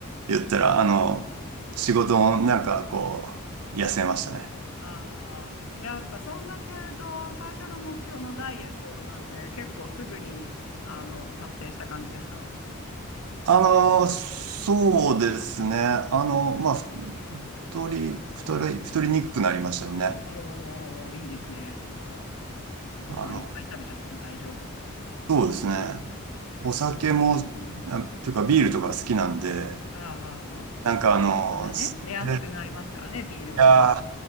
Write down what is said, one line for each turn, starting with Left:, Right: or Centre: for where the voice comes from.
Right: 言ったら、あの、仕事もなんかこう、痩せましたね。
Left: ああ、やっぱそんだけやると、最初の目標のダイエットなんて結構すぐに、あの、達成した感じですか
Right: あの、そうですね。あの、まあ、ふ太り、太り、太りにくくなりましたよね。
Left: おおー、いいですね。なんか、ご飯いっぱい食べちゃっても大丈夫。
Right: あの、そうですね。お酒も、あ、っていうかビールとか好きなんで、
Left: あーあー、あーじゃあ、
Right: なんかあの、
Left: お腹がね、
Right: それい
Left: 出やすくなりますからね、ビールはね。
Right: や